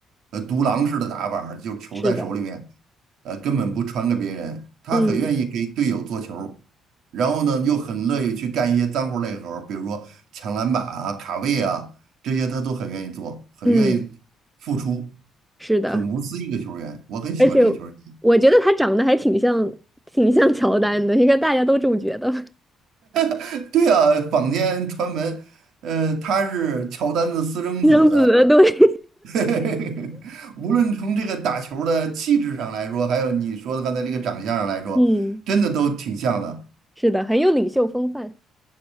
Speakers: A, on the right (about 70°); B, in the centre.
A: 呃独狼式的打法儿就是球在手里面，
B: 是的，
A: 呃根本不传给别人，他很愿意给队友做球，
B: 嗯
A: 然后呢又很乐意去干一些脏活累活儿比如说抢篮板啊、卡位啊这些，他都很愿意做，很愿意付出，
B: 嗯，是的。
A: 很无私一个球员，我很喜欢这个球员。
B: 而且我觉得他长得还挺像，挺像乔丹的，应该大家都这么觉得。
A: <laughs> 对啊，坊间传闻，呃，他是乔丹的私生子，
B: 私生子，对，
A: <laughs> 无论从这个打球儿的气质上来说，还有你说的刚才这个长相上来说，
B: <laughs> 嗯，
A: 真的都挺像的。
B: 是的，很有领袖风范。